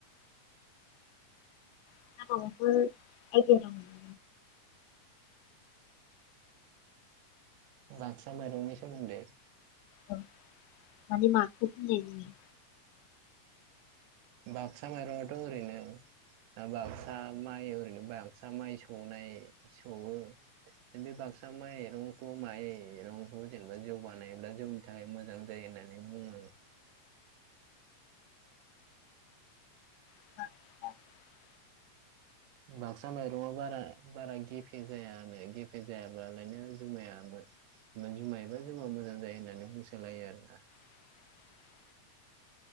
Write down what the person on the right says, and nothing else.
बाक्सा माइरंनि सोमोन्दै
बाक्सा माइरंआथ' ओरैनो दा बाक्सा माइ ओरैनो बाक्सा माइ सौनाय सौवो बै बे बाक्सा माइरंखौ माइरंखौ जेनेबा जौ बानायोब्ला जौ थाखाय मोजां जायो होननानै बुङो।
बाक्सा माइरंआव बारा बारा गेफे जायानो गेफे जायाब्लालायनो जुमायाबो मानि मायबा जौआ मोजां जायो होननानै बुंसोलायो आरोना